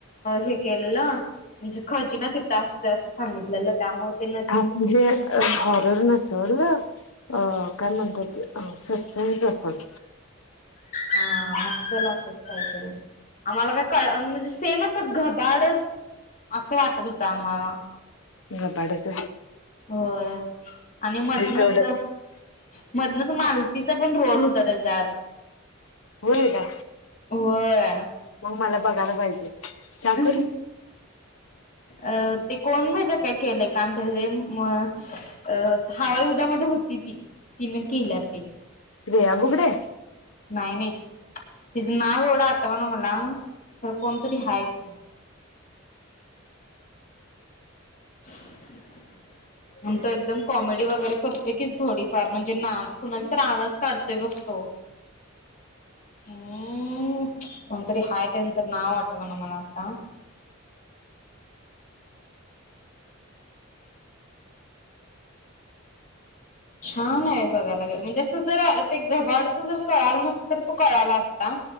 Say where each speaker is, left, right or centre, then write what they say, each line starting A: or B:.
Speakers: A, on the left; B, on the left.
A: हे केलेलं म्हणजे खजिना तित असतो असं सांगितलेलं त्यामुळे ते नदीत
B: हा म्हणजे हॉरर नसल अ काय म्हणतात ते सस्पेन्स असेल
A: हा असल असच काहीतरी आम्हाला काय कळ म्हणजे सेम असं घबाडच असं वाटत होतं आम्हाला
B: घबाडच
A: हो आणि मधनच
B: तेवढंच
A: मधनच मालतीचा पण रोल होता त्याच्यात
B: होय का
A: होय
B: मग मला बघायला पाहिजे का
A: अ
B: करू
A: अ ते कोण माहि त्या काय केलं काम त्या म अ हवायेऊ द्यामध्ये होती ती तिनं केल्यात एक
B: श्रेयाबुघडे
A: नाही नाही तिचं नाव एवढं आठवा ना मला तर कोणतरी हाय ती. हम्म आम तो एकदम कॉमेडी वगैरे करते की थोडीफार म्हणजे ना कुणाला तर आवाज काढतोय बघतो. <inaudible> हम्म कोणतरी हाय त्यांचं नाव वाटव ना मला आता. छान आहे बघायला गेलं म्हणजे असं जर ते घबाडच जर कळाला नसतं तर तो कळाला असता.